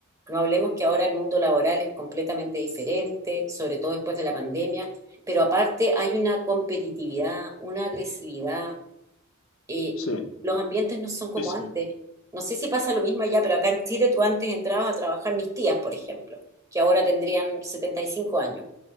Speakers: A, on the right; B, on the left.
A: no hablemos que ahora el mundo laboral es completamente diferente, sobre todo después de la pandemia, pero aparte hay una competitividad, una agresividad, eh,
B: Sí,
A: los ambientes no son como
B: sí, sí.
A: antes. No sé si pasa lo mismo allá, pero acá en Chile tú antes entrabas a trabajar mis tías, por ejemplo, que ahora tendrían setenta y cinco años